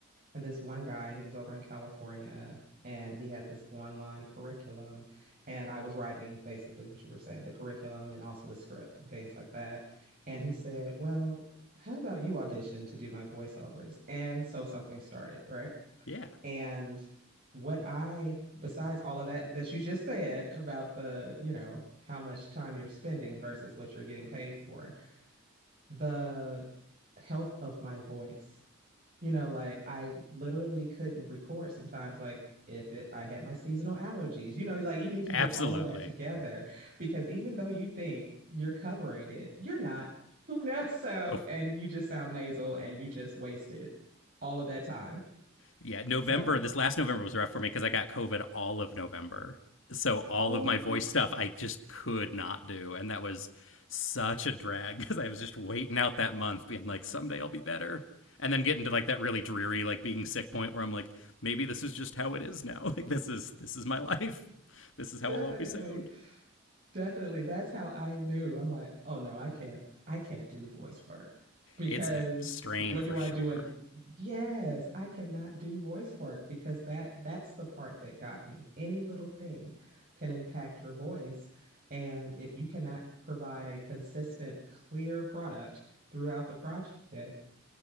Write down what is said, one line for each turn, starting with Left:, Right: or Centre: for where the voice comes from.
Right: And this one guy, he was over in California and he had this online curriculum. And I was writing basically what you were saying, the curriculum and also the script and things like that. And he said, Well, how about you audition to do my voiceovers? And so something started, right?
Left: yeah
Right: And what I, besides all of that that you just said about the, you know, how much time you're spending versus what you're getting paid for, the health of my voice you know, like I literally couldn't record sometimes, like if it, I had my seasonal allergies. You know, like you need to get
Left: absolutely
Right: all of that together because even though you think you're covering it, you're not, <laughs> you know, so,
Left: Oh,
Right: and you just sound nasal and you just wasted all of that time.
Left: Yeah, November,
Right: So,
Left: this last November was rough for me because I got COVID all of November. So all
Right: oh,
Left: of my voice stuff I just could not do. And that was such a drag <laughs> because I was just waiting out that month, being like, someday I'll be better. And then getting to like that really dreary, like being sick point where I'm like, maybe this is just how it is now. <laughs> Like this is this is my <laughs> life. This is how
Right: definitely.
Left: I'll always sound.
Right: Definitely. That's how I knew. I'm like, oh no, I can't, I can't do voice work because
Left: It's a strain
Right: what
Left: for
Right: do
Left: sure.
Right: I do? And yes, I cannot do voice work because that that's the part that got me. Any little thing can impact your voice. And if you cannot provide a consistent, clear product throughout the project,